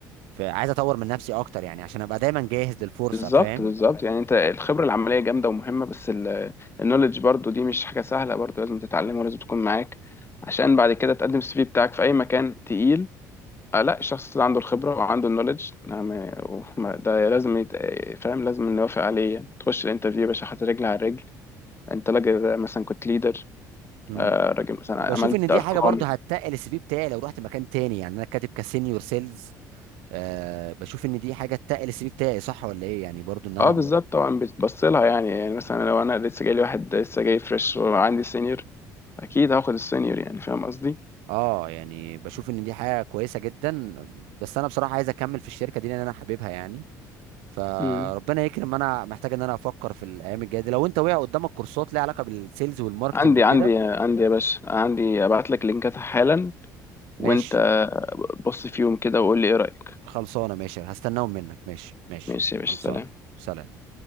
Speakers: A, on the right; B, on the left.
A: فعايز اطور من نفسي اكتر يعني عشان ابقى دايما جاهز للفرصه
B: بالظبط
A: فاهم
B: بالظبط يعني انت الخبرة العملية جامدة ومهمة بس النولج برضو دي مش حاجة سهلة برضو لازم تتعلمها ولازم تكون معاك عشان بعد كده تقدم السي في بتاعك في اي مكان تقيل آه لا الشخص اللي عنده الخبرة وعنده النولج نعم وما- ده لازم يت... فاهم لازم نوافق عليه يعني. تخش الانترفيو يا باشا حاطط رجل على رجل انت راجل مثلا كنت ليدر
A: امم
B: آه راجل مثلا
A: وبشوف
B: عملت
A: ان دي
B: ارقام
A: حاجه برضو هتتقل السي في بتاعي لو رحت مكان تاني يعني انا كاتب كسينيور سيلز آه بشوف ان دي حاجه تتقل السي في بتاعي صح ولا ايه يعني برضو ان انا
B: اه بالظبط طبعا بتبص لها يعني يعني مثلا لو انا لسه جاي لي واحد لسه جاي فريش وعندي سينيور اكيد هاخد السينيور يعني فاهم قصدي
A: اه يعني بشوف ان دي حاجه كويسه جدا بس انا بصراحه عايز اكمل في الشركه دي لان انا حاببها يعني فربنا
B: مم.
A: يكرم انا محتاج ان انا افكر في الايام الجايه دي لو انت وقع قدامك كورسات ليها علاقه بالسيلز والماركتنج
B: عندي
A: وكده
B: عندي عندي يا باشا عندي ابعت لك لينكات حالا
A: ماشي
B: وانت بص فيهم كده وقول لي ايه رأيك
A: خلصانه ماشي هستناهم منك ماشي ماشي
B: ماشي يا باشا
A: خلصانه
B: سلام
A: سلام